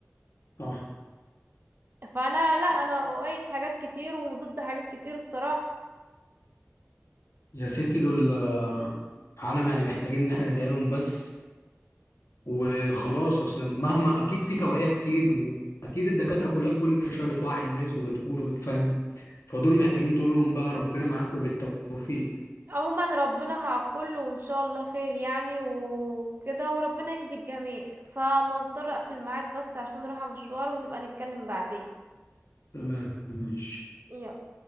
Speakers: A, on the left (about 75°); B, on the right (about 45°).
A: صح
B: فانا لا انا اؤيد حاجات كتير وضد حاجات كتير الصراحة
A: يا ستي دول آه، عالم يعني محتاجين ان احنا ندعي لهم بس وخلاص اصلا مهما اكيد في توعية كتير واكيد الدكاترة كلها كل شوية بتوعي الناس وبتقول وبتفهم فدول محتاجين تقول لهم بقى ربنا معاكم بالتوفيق
B: عموما ربنا مع الكل وان شاء الله خير يعني وكده وربنا يهدي الجميع فمضطر اقفل معاك بس عشان رايحة مشوار ونبقى نتكلم بعدين
A: تمام ماشي
B: يلا